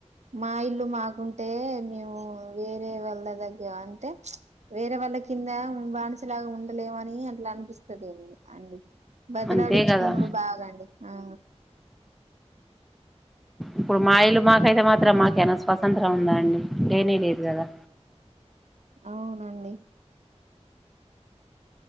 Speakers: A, on the right (about 75°); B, in the centre.
A: మా ఇల్లు మాకుంటే మ వేరే వాళ్ళ దగ్గ అంటే వేరే వాళ్ళ కింద బానిసలాగా ఉండలేమని అట్లా అనిపిస్తుంది అం బతిలాడిచ్చుకున్నాడు
B: అంతే కదా
A: బాగాండి ఆ
B: ఇప్పుడు మా ఇల్లు మాకైతే మాత్రం మాకే స్వతంత్రం ఉందా అండి లేనే లేదు కదా
A: అవునండి